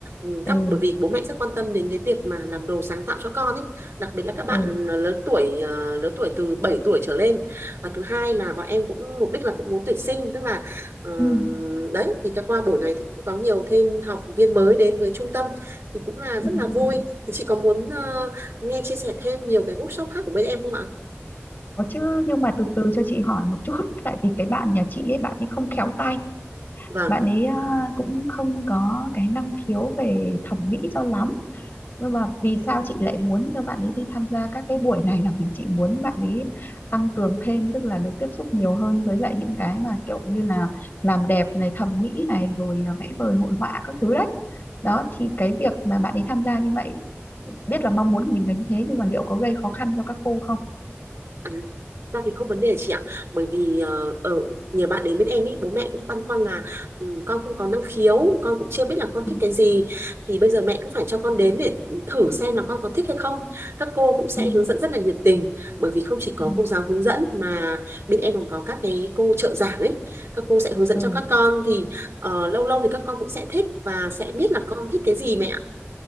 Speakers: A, on the right; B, on the left.
A: Ừ, các
B: ừ
A: bởi vì bố mẹ rất quan tâm đến cái việc mà làm đồ sáng tạo cho con ấy đặc biệt là các bạn
B: ừ,
A: lớn tuổi ờ, lớn tuổi từ 7 tuổi trở lên và thứ hai là bọn em cũng mục đích là cũng muốn tuyển sinh tức là ờ,
B: ừ,
A: đấy thì các qua buổi này thì cũng có nhiều thêm học viên mới đến với trung tâm thì cũng là rất
B: ừ. ừ.
A: là vui
B: ừ.
A: thì chị có muốn ờ, nghe chia sẻ thêm nhiều cái workshop khác của bên em không ạ?
B: có chứ nhưng mà từ từ cho chị hỏi một chút <laughs> tại vì cái bạn nhà chị ấy bạn ấy không khéo tay
A: Vâng.
B: bạn ấy à, cũng không có cái năng khiếu về thẩm mỹ cho lắm nhưng mà vì sao chị lại muốn cho bạn ấy đi tham gia các cái buổi này là vì chị muốn bạn ấy tăng cường thêm tức là được tiếp xúc nhiều hơn với lại những cái mà kiểu như là làm đẹp này thẩm mỹ này rồi à, vẽ vời hội họa các thứ đấy đó thì cái việc mà bạn ấy tham gia như vậy biết là mong muốn của mình là như thế nhưng mà liệu có gây khó khăn cho các cô không
A: À, ra thì không vấn đề chị ạ bởi vì ờ, ở nhờ bạn đến bên em ý bố mẹ cũng băn khoăn là ừ, con không có năng khiếu con cũng chưa biết là
B: Ừ.
A: con thích cái gì thì bây giờ mẹ cứ phải cho con đến để thử xem là con có thích hay không các cô cũng sẽ
B: ừ
A: hướng dẫn rất là nhiệt tình bởi vì không chỉ có
B: ừ
A: cô giáo hướng dẫn mà bên em còn có các cái cô trợ giảng ấy các cô sẽ hướng dẫn
B: ừ
A: cho các con thì ờ, lâu lâu thì các con cũng sẽ thích và sẽ biết là con thích cái gì mẹ ạ